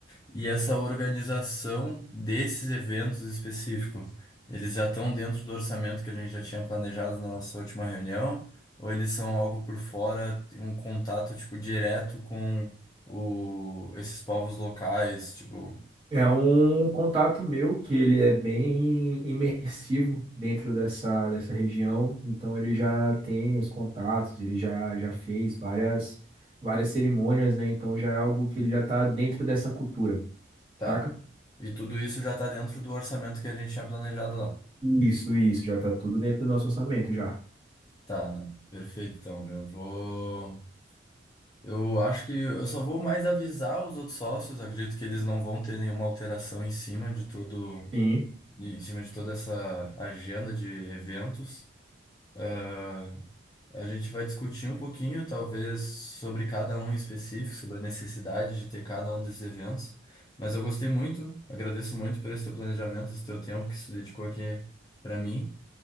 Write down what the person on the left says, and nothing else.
E essa organização desses eventos específicos, eles já estão dentro do orçamento que a gente já tinha planejado na nossa última reunião, ou eles são algo por fora, tem um contato tipo direto com o, esses povos locais, tipo,
tá.
E tudo isso já está dentro do orçamento que a gente tinha planejado lá.
Tá, não. Perfeito, então. Eu vou. Eu acho que eu só vou mais avisar os outros sócios, acredito que eles não vão ter nenhuma alteração em cima de tudo
em cima de toda essa agenda de eventos. Ah, a gente vai discutir um pouquinho, talvez, sobre cada um em específico, sobre a necessidade de ter cada um desses eventos. Mas eu gostei muito, agradeço muito por esse teu planejamento, esse teu tempo que se dedicou aqui para mim.